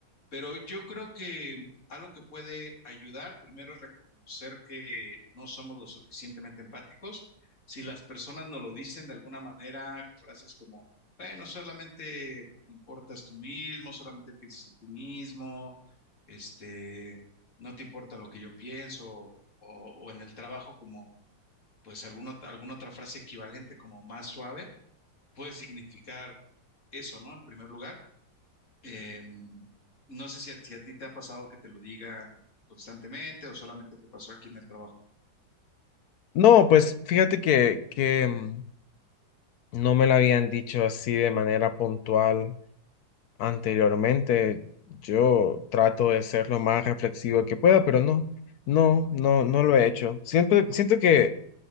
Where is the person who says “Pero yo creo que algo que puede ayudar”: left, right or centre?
Left